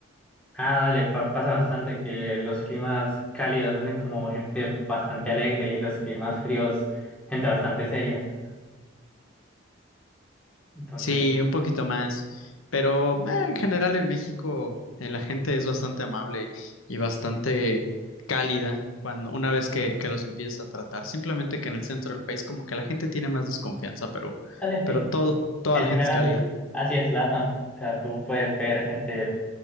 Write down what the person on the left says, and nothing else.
Sí, un poquito más, pero eh, en general en México eh, la gente es bastante amable y, y bastante cálida cuando una vez que, que los empiezas a tratar. Simplemente que en el centro del país como que la gente tiene más desconfianza, pero,
pero todo, toda
la
gente es cálida.